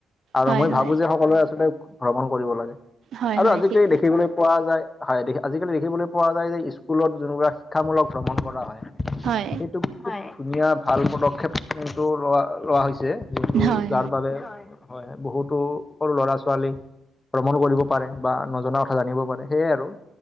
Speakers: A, on the left (about 20°); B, on the right (about 65°).
A: আৰু
B: হয়
A: মই ভাৱোঁ
B: হয়
A: যে সকলোৱে আচলতে ভ্ৰমণ কৰিব লাগে
B: হয়
A: আৰু
B: হয়
A: আজিকালি
B: ঠিক
A: দেখিবলৈ পোৱা যায় হয়, দেখি আজিকালি দেখিবলৈ পোৱা যায় যে স্কুলত যোনবিলাক শিক্ষামূলক ভ্ৰমণ কৰা হয়।
B: হয়
A: সেইটোক্ হয়, ধুনীয়া ভাল পদক্ষেপটো লোৱা লোৱা হৈছে যিটো
B: হয়
A: যাৰ বাবে হয়, বহুতো সৰু ল'ৰা-ছোৱালীক ভ্ৰমণ কৰিব পাৰে বা নজনা কথা জানিব পাৰে সেয়াই আৰু।